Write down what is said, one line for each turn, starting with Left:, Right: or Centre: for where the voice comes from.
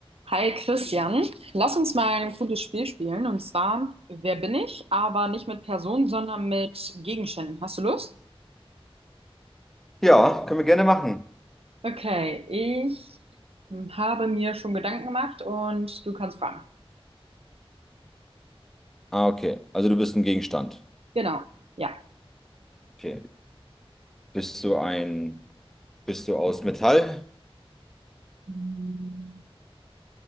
Right: Hi Christian, lass uns mal ein cooles Spiel spielen und zwar Wer bin ich? Aber nicht mit Personen, sondern mit Gegenständen. Hast du Lust?
Centre: Ja, können wir gerne machen.
Right: Okay, ich habe mir schon Gedanken gemacht und du kannst fragen.
Centre: Ah, okay. Also du bist ein Gegenstand.
Right: Genau, ja.
Centre: Okay. Bist du ein, bist du aus Metall?
Right: Hm,